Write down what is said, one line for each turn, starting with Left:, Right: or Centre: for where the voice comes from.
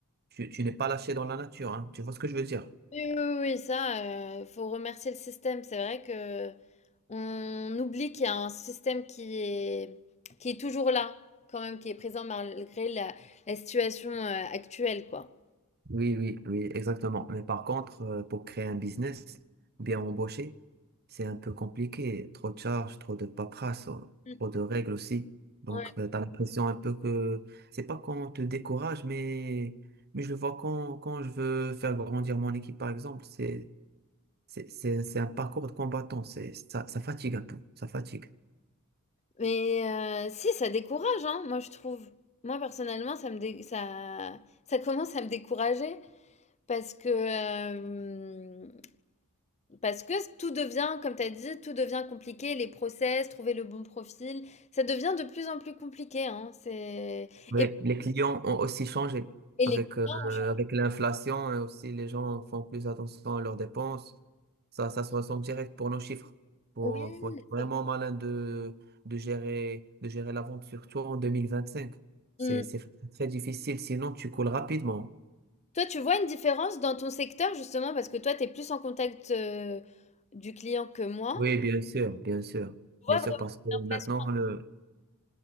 Right: tu, tu n'es pas lâché dans la nature, hein. Tu vois ce que je veux dire?
Left: Oui, oui, oui, oui, ça, il faut remercier le système. C'est vrai que on oublie qu'il y a un système qui est, qui est toujours là, quand même, qui est présent malgré la, la situation euh, actuelle, quoi.
Right: Oui, oui, oui, exactement. Mais par contre, euh, pour créer un business, bien embauché, c'est un peu compliqué. Trop de charges, trop de paperasse, euh,
Left: Mm.
Right: trop de règles aussi. Donc,
Left: Ouais.
Right: tu as l'impression un peu que c'est pas qu'on te décourage, mais, mais je le vois quand, quand je veux faire grandir mon équipe, par exemple, c'est, c'est, c'est, c'est un parcours de combattant. C'est, ça, ça fatigue un peu. Ça fatigue.
Left: Mais heu, si, ça décourage, hein, moi, je trouve. Moi, personnellement, ça me dé ça ça commence à me décourager parce que, hem, parce que tout devient, comme tu as dit, tout devient compliqué, les process, trouver le bon profil, ça devient de plus en plus compliqué, hein, c'est
Right: Oui,
Left: et
Right: les clients ont aussi changé
Left: et
Right: avec,
Left: les
Right: euh,
Left: clients ont changé.
Right: avec l'inflation et aussi les gens font plus attention à leurs dépenses. Ça, ça se ressent direct pour nos chiffres. Faut,
Left: oui,
Right: faut être vraiment
Left: c'est v
Right: malin de, de gérer, de gérer la vente, surtout en 2025.
Left: mmh.
Right: C'est, c'est très difficile, sinon tu coules rapidement.
Left: Toi, tu vois une différence dans ton secteur, justement, parce que toi, tu es plus en contact, heu, du client que moi.
Right: Oui, bien sûr, bien sûr.
Left: Tu vois
Right: Bien sûr,
Left: vraiment
Right: parce que
Left: l'inflation?
Right: maintenant, le,